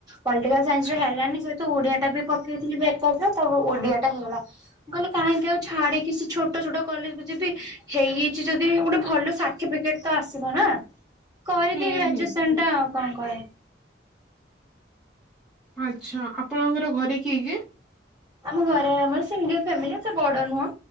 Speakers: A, on the right (about 20°); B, in the centre.
A: ପଲିଟିକାଲ ସାଇନ୍ସ ରେ ହେଲାନି, ସେଠୁ ଓଡିଆ ଟା ବି ପକେଇଥିଲି ବ୍ୟାକପରେ ତ ଓଡିଆ ଟା ହେଲା। କହିଲି କାହିଁକି ଆଉ ଛାଡିକି କି ସେ ଛୋଟ ଛୋଟ କଲେଜକୁ ଯିବି ହେଇଯାଇଚି ଯଦି ଗୋଟେ ଭଲ ସାଠିବିକେଟ ତ ଆସିବ ନା କରିିକି
B: ହୁଁ
A: ଗ୍ରାଜୁଏସନ୍
B: ହୁଁ
A: <unintelligible>
B: ଆଚ୍ଛା ଆପଣଙ୍କର ଘରେ କିଏ କିଏ?
A: ଆମ ଘରେ ଆମର ସିଙ୍ଗଲ ଫ୍ୟାମିଲି ଏତେ ବଡ ନୁହଁ।